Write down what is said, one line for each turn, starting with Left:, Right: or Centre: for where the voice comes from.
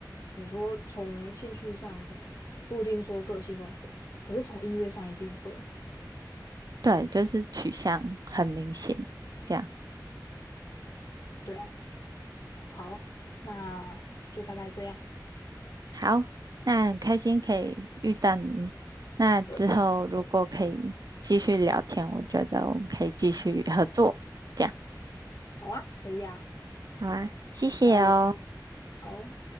Left: 你说从兴趣上可能不一定说个性会合可是从音乐上一定会。
Right: 对，就是取向很明显。这样
Left: 对啊，好，那就大概这样。
Right: 好，那很开心可以遇到你。那之后如果可以继续聊天，
Left: 对，
Right: 我觉得我们可以继续合作。这样
Left: 好啊，可以啊。
Right: 好啊，谢谢哦。
Left: 那我好哦，